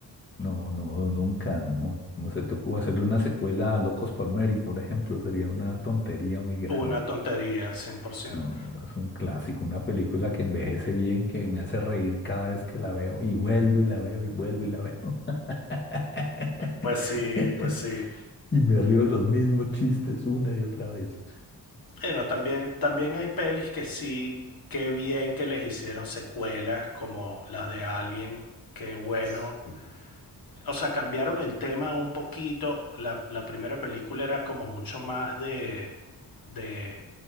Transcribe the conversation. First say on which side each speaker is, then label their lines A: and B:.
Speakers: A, on the left; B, on the left.
A: No, no, nunca, no. No se te ocurre hacerle una secuela a Locos por Mary, por ejemplo, sería una tontería muy grande.
B: Una tontería, cien por ciento
A: No, es un clásico, una película que envejece bien, que me hace reír cada vez que la veo, y vuelvo y la veo, y vuelvo y la veo. <laughs>
B: Pues sí,
A: <laughs>
B: pues sí.
A: Y me río de los mismos chistes una y otra vez.
B: Bueno, también, también hay pelis que sí, qué bien que les hicieron secuelas como las de Alien, qué bueno.
A: Sí,
B: O sea, cambiaron el tema un poquito. La, la primera película era como mucho más de, de